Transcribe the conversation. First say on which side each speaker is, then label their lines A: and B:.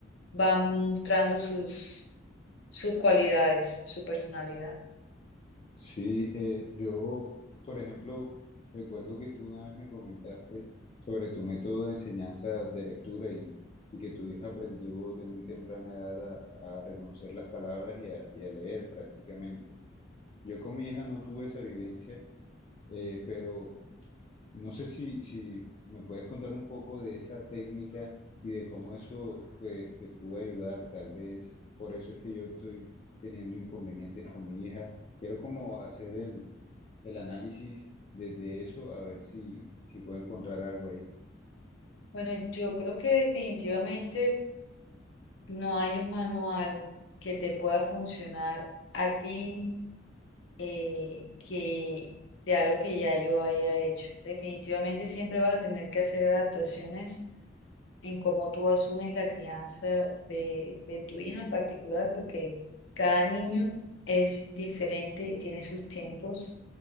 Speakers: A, on the left (about 75°); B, on the left (about 35°).
A: van mostrando sus, sus cualidades, su personalidad.
B: Sí, eh, yo, por ejemplo, recuerdo que tú una vez me comentaste sobre tu método de enseñanza de lectura y, y que tu hija aprendió de muy temprana edad a, a reconocer las palabras y a, y a leer prácticamente. Yo con mi hija no tuve esa vivencia, eh, pero no sé si, si me puedes contar un poco de esa técnica y de cómo eso pues te pudo ayudar, tal vez. Por eso es que yo estoy teniendo inconvenientes con mi hija. Quiero como hacer el, el análisis desde eso, a ver si, si puedo encontrar algo ahí.
A: Bueno, yo creo que definitivamente. No hay un manual que te pueda funcionar a ti eh, que de algo que ya yo haya hecho. Definitivamente siempre vas a tener que hacer adaptaciones en cómo tú asumes la crianza de, de tu hija en particular, porque cada niño es diferente, tiene sus tiempos